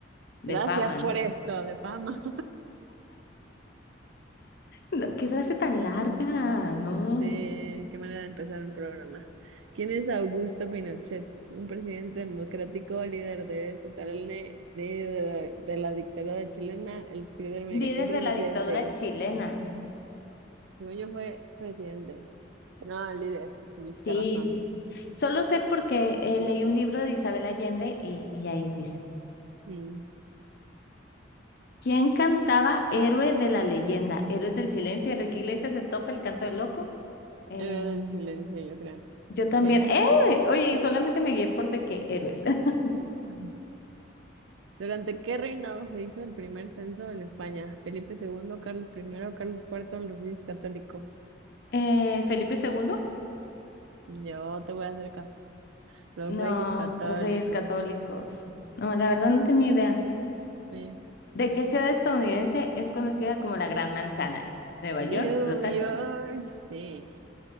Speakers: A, on the left (about 55°); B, on the right (about 85°).
A: Defaman,
B: Gracias por esto, de fama.
A: No, qué frase tan larga, no.
B: Sí, qué manera de empezar un programa. ¿Quién es Augusto Pinochet? Un presidente democrático, líder de ZLN, líder de la, de la dictadura chilena, el escritor mexicano,
A: Líder
B: un presidente.
A: de la dictadura chilena.
B: Según yo fue presidente. No, líder, tuviste
A: Sí,
B: razón.
A: sí. Solo sé porque eh, leí un libro de Isabel Allende y, y ahí dice,
B: Mm,
A: ¿quién cantaba Héroe de la leyenda? Héroes del silencio, Enrique Iglesias, Estopa, El canto del loco. Eh,
B: Era del silencio, yo creo.
A: yo también.
B: Sí.
A: ¡Eh! Oye, y solamente me guié por de qué héroes. <laughs>
B: Ujú. ¿Durante qué reinado se hizo el primer censo en España? Felipe II, Carlos I, Carlos IV, los reyes católicos.
A: Eh, ¿Felipe II?
B: Yo te voy a hacer caso. Los
A: No,
B: reyes católicos.
A: los Reyes Católicos. No, la verdad no tenía idea.
B: Eh,
A: ¿De qué ciudad estadounidense es conocida como la Gran Manzana? ¿Nueva
B: New
A: York? ¿Los Ángeles?
B: York, sí.